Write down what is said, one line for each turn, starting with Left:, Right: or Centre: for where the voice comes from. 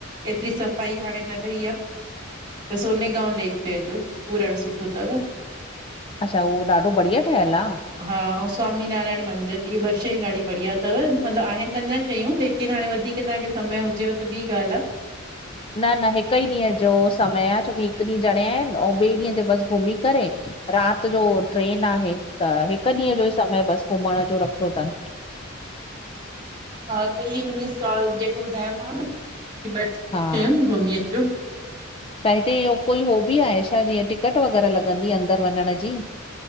Right: एतरी सफ़ाई हाणे न रही आ। त सोने गांव लेक चएजोस उहो ॾाढो सुठो तव।
Left: अच्छा उहो ॾाढो बढ़िया ठहियल आ।
Right: हा अउं स्वामी नारायण मंदिर हीअ ॿ शयूं ॾाढी बढ़िया तव मतलब आहिन त अञा शयूं लेकिन हाणे वधीक तव्हांखे समय हुजेव त ॿी ॻाल्हि आ।
Left: न न हिक ई ॾींह जो समय आ छोकी हिक ॾींह जणिया आहिन अउं ॿिए ॾींहं ते बस घुमी करे रात जो ट्रेन आ त हिक ॾींहं जो ई समय बस घुमण जो रखियो तन।
Right: हा त इ इ सवाल जेको ॿुधायोमांव ह ॿ
Left: हा
Right: शयूं घुमी अचो।
Left: त हिते हो को हो बि आए छा जीअं टिकट वग़ैरह लॻंदी अंदर वञण जी?